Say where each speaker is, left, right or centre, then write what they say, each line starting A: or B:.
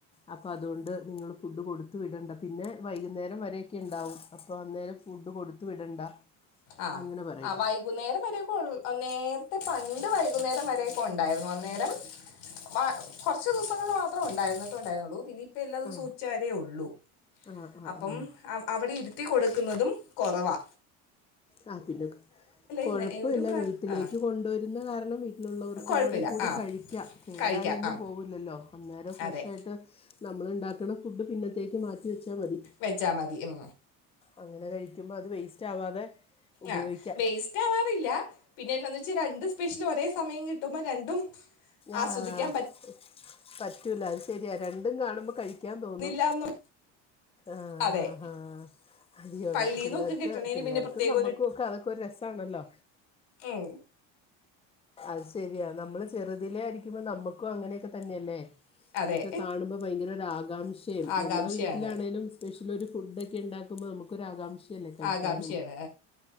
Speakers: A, on the left (about 15°); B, on the left (about 80°).
A: അപ്പം അതുകൊണ്ട് നിങ്ങള് ഫുഡ് കൊടുത്തു വിടണ്ട പിന്നെ വൈകുന്നേരം വരെയൊക്കെ ഇണ്ടാവും അപ്പ അന്നേരം ഫുഡ് കൊടുത്തു വിടണ്ട
B: ആഹ്
A: അങ്ങനെ പറയും
B: അ വൈ വൈകുന്നേരം വരെയൊക്കെ ഒ ൾ നേരത്തെ പണ്ട് വൈകുന്നേരം വരെയൊക്കെ ഉണ്ടായിരുന്നു അന്നേരം മ്മാ കുറച്ച് ദിവസങ്ങിൽ മാത്രേ ഉണ്ടായിരുന്ന്ട്ട്ണ്ടായിരുന്നുള്ളൂ പിന്നി ത്തെ എല്ലാ ദിവസവും
A: ആ
B: ഉച്ചരേ ഒള്ളൂ
A: ആ ആ
B: അപ്പം
A: ആ
B: അവിടെ ഇരുത്തി കൊടുക്കുന്നതും കൊറവാ
A: ആഹ് പിന്നെ കൊഴ്‌പ്പുവില്ല
B: ഇന്ന് ഒരു പ്ര
A: വീട്ടിലേക്ക്
B: ആ
A: കൊണ്ടുവരുന്ന കാരണം ട്ടിലുള്ളവർക്ക്‌
B: കുഴപ്പമില്ല
A: കൂടെ കൂടി
B: ആ
A: കഴിക്കാം കേടായി
B: കഴിക്കാം
A: ഒന്നും
B: ആ
A: പോവില്ല ല്ലോ അന്നേരം ഫ്രഷ്
B: അതെ
A: ആയിട്ട് നമ്മൾ ഉണ്ടാക്കുന്ന ഫുഡ് പിന്നത്തേക്ക് മാറ്റി വെച്ചാൽ മതി
B: വെച്ചാൽ മതി ഉം
A: അങ്ങനെ കഴിക്കുമ്പോ അത് വേസ്റ്റ് ആവാതെ ഉപയോഗിക്കാം
B: ആഹ് വേസ് കിട്ടാവാറില്ല പിന്നെന്താന്ന് വെച്ചാ രണ്ട് സ്പെഷ്യൽ ഒരേ സമയം കിട്ടുമ്പോ രണ്ടും ആസ്വദിക്കാൻ
A: ആഹ് പറ്റൂല അത് ശെരിയാ രണ്ടും കാണുമ്പോ കഴിക്ക പിക്കാൻ
B: പറ്റുന്നില്ല
A: തോന്നും
B: എന്ന്
A: ആഹഹ
B: അതെ
A: അതിയോളാ
B: പള്ളീന്നൊക്കെ
A: പിള്ളേർക്ക്
B: കിട്ടണേന്
A: പിള്ളേർക്കും
B: പിന്നെ പ്രത്യേക
A: നമ്മുക്കും ഒക്കെ അതൊക്കെ ഒരു രസണല്ലോ
B: ഏയ്
A: അത് ശരിയാ നമ്മള് ചെറുതിലെ ആയിരിക്കുമ്പോ നമ്മുക്കും അങ്ങനെയൊക്കെ തന്നെയല്ലേ
B: അതെ
A: ഇതൊക്കെ കാണുമ്പോ ഭയങ്കരൊ ഒരു ആകാംക്ഷയും
B: ആകാംക്ഷയാണ്
A: നമ്മുടെ വീട്ടിലാണേലും സ്പെഷ്യൽ ഒരു ഫുഡൊക്കെ ഉണ്ടാക്കുമ്പോൾ നമുക്കൊരാകാംക്ഷല്ലേ കഴിക്കാനും
B: ആകാംക്ഷയാണ്